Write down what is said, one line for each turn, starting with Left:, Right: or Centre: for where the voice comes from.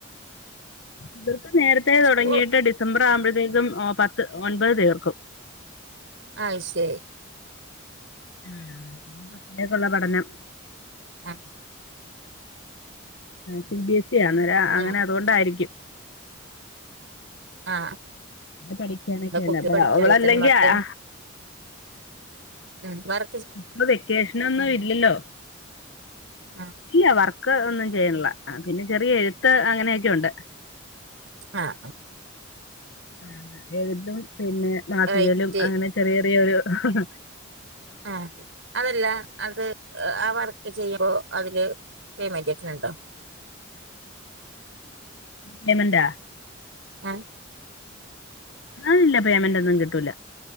Left: ഇവർക്ക് നേരത്തെ
Right: സ്കൂൾ
Left: തുടങ്ങിയിട്ട് ഡി ഡിസംബർ ആവുമ്പോഴത്തേക്കും പത്ത് ഒൻപത് തീർക്കും.
Right: അയ് ശരി
Left: ആ ഇനി പത്തിലൊകുളള പഠനം.
Right: ആഹ്
Left: സി ബി എസ് ഇ ആന്നര അങ്ങനെ
Right: ആഹ്
Left: അതുകൊണ്ടായിരിക്കും.
Right: ആ
Left: പഠിക്കാനൊക്കെയുണ്ട്
Right: കുട്ടി
Left: അപ്പൊ
Right: പഠിക്കാ
Left: അവളല്ലെങ്കി
Right: വക്കും
Left: ആ
Right: <inaudible> ഉം വര
Left: ഇപ്പൊ വെക്കേഷനൊന്നും ഇല്ലല്ലോ?
Right: ആഹ്
Left: ഇല്ല വർക്ക് ഒന്നും ചെയ്യില്ല പിന്നെ ചെറിയ എഴുത്ത് അങ്ങനെയൊക്കെ ഉണ്ട്.
Right: ആഹ് ആഹ്
Left: ആ എഴുതും പിന്നെ മാസികലും
Right: റൈറ്റ്
Left: അങ്ങനെ ചെറിയ ചെറിയൊരു. ഹ
Right: ആഹ അതല്ല അത് ആ വർക്ക് ചെയ്യുമ്പോ അതില് പേയ്മെന്റ് കിട്ടുന്നുണ്ടോ?
Left: പോമററ്
Right: ആഹ്
Left: ആഹ് ഇല്ല പേയ്മെന്റ് ഒന്നും കിട്ടൂല